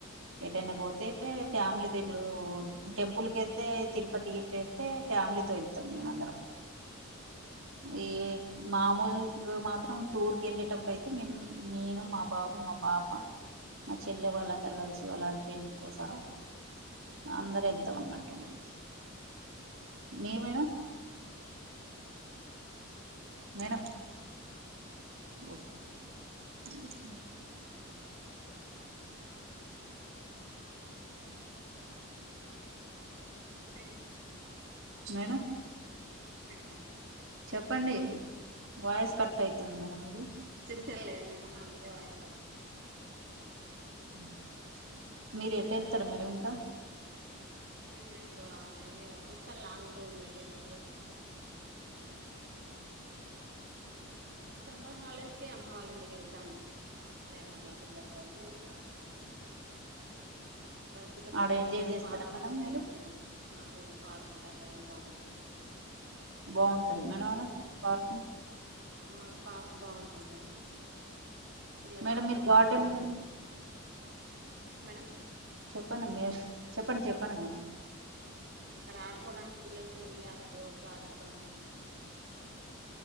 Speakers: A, on the right; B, on the right.
A: ఎటైనా పోతే ఫ్యామిలీది ఇప్పుడు టెంపుల్ కెళ్తే ఈ తిరుపతి గిట్ల ఎళ్తే ఫ్యామిలీతో వెళ్తాం మేమందరం
B: ఫ్యామిలీ
A: ఈ మామూలు మూ మా ఆ టూర్ కి ఎళ్ళేటప్పుడు అయితే మేము నేను మా బాబు మా పాప మా చెల్లె వాళ్ళందరూ కలిసి వాళ్ళ హస్బెండ్తో సహా అందరూ వెళ్తాం అన్నట్టు <inaudible> మీరు మేడం మేడం ఓ హ్మ్
B: ఆ మేడం
A: మేడం
B: మేడమ్
A: చెప్పండి వాయస్ కట్టై తుంది మేడం ఇది
B: తెల్లేదు మేడం అందుకే వాయిస్ కట్టై
A: <inaudible> మీరు ఎటెళ్తారు మేడం ఇంకా
B: మేము ఎక్కువ <unintelligible> ఒక్కొక్కసారి లాంగ్ టూర్ లేం ఎయ్యం <unintelligible> సమ్మర్ హాలిడేస్కే అమ్మ వాళ్ళింటికెళ్తాం ఎక్కువ అన్నయ్య వాళ్ళ పిల్లలతోని ఆడుకుంటారు పిల్లలు అక్కడ చుట్టుపక్కల
A: ఆడ ఎంజాయ్
B: ఇగ
A: చేస్తారా
B: పార్కులు
A: మేడం
B: ఉంటాయి
A: మీరు
B: కదా మేడం సినిమాలు పార్కులుకి అట్లా వెళ్తా ఉంటాం పిల్లలు
A: బావుంటది మేడం
B: మూవీస్
A: ఆడ పార్కు
B: మాకు పార్క్ బావుంటాది మేడం పిల్లలు
A: మేడం
B: ఆడుకోవడానికి
A: మీరు గార్డెన్
B: <unintelligible> మేడం
A: చెప్పండి మిస్ చెప్పండి చెప్పండి మేడం
B: ఆ అక్కడ ఆడుకోవటానికి పిల్లలకు ఉయ్యాలల జారుడు బండ <inaudible>